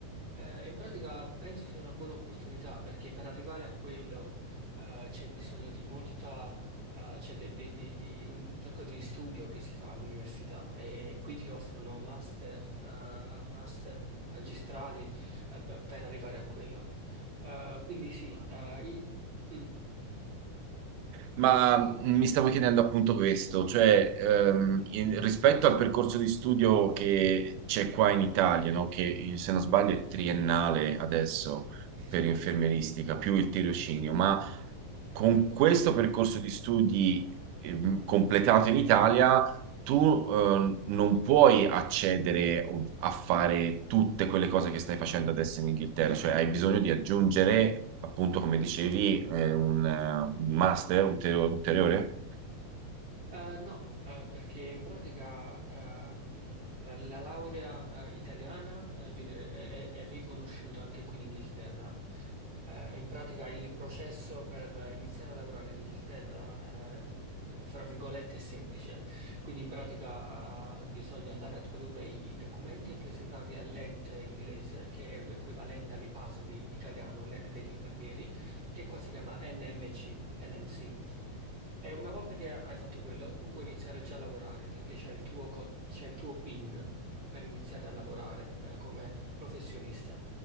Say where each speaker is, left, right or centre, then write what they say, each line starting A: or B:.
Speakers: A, on the right; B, on the right.
A: Eh, in pratica penso sia una buona opportunità perché per arrivare a quello eh, c'è bisogno di molta, eh, cioè de- de- di, di un sacco di studio che si fa all'università e qui ti offrono master, eh, master magistrali eh, per per arrivare a quello. Eh, quindi sì, eh, i- mm,
B: Ma mh, mi stavo chiedendo appunto questo, cioè ehm, in- rispetto al percorso di studio che c'è qua in Italia, no? Che eh, se non sbaglio è triennale adesso
A: sì.
B: per infermieristica, più il tirocinio, ma con questo percorso di studi ehm, completato in Italia tu eh, non puoi accedere o- a fare tutte quelle cose che stai facendo adesso in Inghilterra, cioè hai bisogno di aggiungere, appunto, come dicevi, eh, un, eh, un master ulterio- ulteriore.
A: Eh, no, eh, perché in pratica ehm, eh, la laurea eh, italiana eh, viene- è è- è riconosciuta anche qui in Inghilterra. Eh, in pratica il processo per iniziare a lavorare in Inghilterra, eh, fra virgolette, è semplice. Quindi in pratica, eh, bisogna andare a tradurre i documenti e presentarli all'ente inglese, che è equivalente all'IPASVI italiano, l'ente degli infermieri, che qua si chiama NMC, NMC. E una volta che hai fatto quello, tu puoi iniziare già a lavorare perché c'è il tuo, co- c'è il tuo PIN eh, per iniziare a lavorare eh, come professionista.